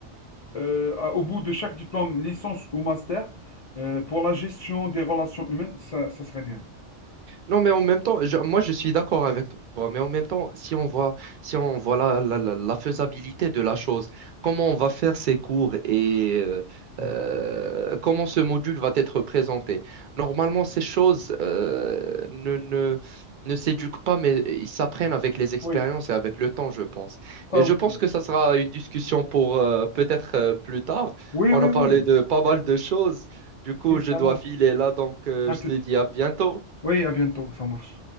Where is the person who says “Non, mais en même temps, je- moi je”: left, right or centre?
Right